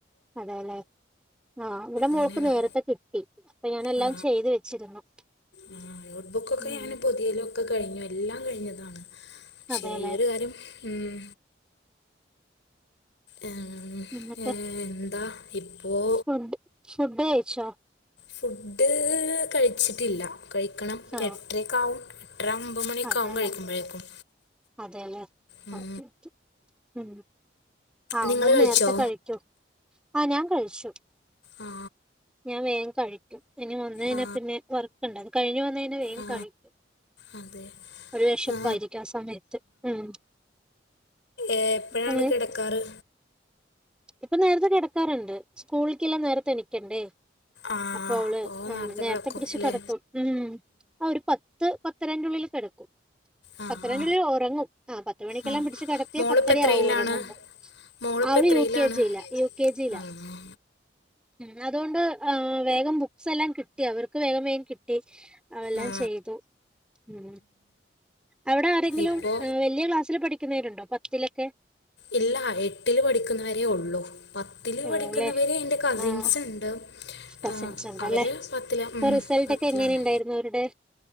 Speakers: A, in the centre; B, on the left.
A: അതേലെ ആ ഇവടെ മോക്ക്
B: അങ്ങനെയാണ്
A: നേരത്തെ കിട്ടി പ്പൊ ഞാനെല്ലാം
B: ആ
A: ചെയ്തു വെച്ചിരുന്നു
B: ആ നോട്ട്ബുക്കൊക്കെ
A: ഉം
B: ഞാന് പുതിയലൊക്കെ കഴിഞ്ഞു എല്ലാം കഴിഞ്ഞതാണ് ക്ഷെ
A: അതെല്ലേ
B: ഈ ഒരു കാര്യം ഉം ഉം,
A: എന്ന്ട്ട്
B: ഏ, എന്താ ഇപ്പോൾ
A: ഷ്പുഡ് ഷ്പുഡൈ ച്ചൊ
B: ഫുഡ് കഴിച്ചിട്ടില്ല കഴിക്കണം
A: ആഹ്
B: എട്ട്രെക്കാവും എട്ട്ര ഒമ്പത് മണി ഒക്കാവും
A: അതെല്ലേ
B: കഴിക്കുമ്പഴേക്കും
A: അതെല്ലേ
B: ഉം
A: ഓക്കെ ഉം ആവുന്നത്
B: നിങ്ങൾ കഴിച്ചോ
A: നേരത്തെ കഴിക്കൂ ആ ഞാൻ കഴിച്ചു
B: ആ
A: ഞാൻ വേഗം കഴിക്കും വന്ന്ഴിഞ്ഞാപിന്നെ
B: ആ
A: വർക്ക്ണ്ട് അത്‌ കഴിഞ് വന്ന പിന്നെവേഗം
B: ആ
A: കഴിക്കും
B: അതെ
A: ഒരു വെഷപ്പായിരിക്കും
B: ആ
A: ആ സമയത്ത് ഉം
B: എപ്പോഴാണ്
A: ങ്ങനെ
B: കിടക്കാറ്
A: ഇപ്പൊ നേരത്തെകെടക്കാറ്ണ്ട് സ്കൂൾക്കെല്ലാം നേരത്തെ എണിക്കെണ്ടേ
B: ആ
A: അപ്പൊ അവള്
B: അപ്പോൾ നേരത്തെ
A: മ് നേരത്തെപിടിച്ച്
B: കിടക്കും അല്ലേ
A: കെടത്തും ഉം അ ഒര് പത്ത് പത് ത്തരെൻ്റുള്ളില് കെടക്കും
B: ആ
A: പത്തരൻ്റുള്ളില്
B: ആ
A: ഉറങ്ങും ആ പത്ത് മണിക്കെല്ലാം
B: ആ
A: പിടിച്ചു കെടത്തിയാ
B: മോളിപ്പോൾ
A: പത്തരയാവും
B: എത്രയിലാണ്
A: ഒറങ്ങുമ്പോ
B: മോളിപ്പോൾ
A: അവള്
B: എത്രയിലാണ്
A: യു കെ ജി ല യു കെ ജി ല
B: ആ ആണോ
A: മ് അതോണ്ട് ആ വേഗം ബുക്സെല്ലാം കിട്ടോ അവർക്ക് വേഗം വേഗം കിട്ടി അവെല്ലാം
B: ആ
A: ചെയ്തു ഉം അവിടെ ആരെങ്കിലും
B: ഇപ്പോ
A: മ് വല്ലൃ ക്ലാസ് പ്പൊപഠിക്കുന്നവരുണ്ടോ പത്തിലൊക്കെ
B: ഇല്ലാ എട്ടില് പഠിക്കുന്നവരെയുള്ളു പത്തില്
A: ഉള്ളൂല്ലേ
B: പഠിക്കുന്നവര് എൻ്റെ കസിൻസ്ണ്ട്
A: ആഹ് കസിൻസ്
B: ആ
A: ഉണ്ടല്ലേ
B: അവര് പത്തില
A: അപ്പൊ
B: ഉം
A: റിസൾട്ട്
B: പത്തിലാണ്
A: ഒക്കെ എങ്ങനെ ഉണ്ടായിരുന്നു അവരുടെ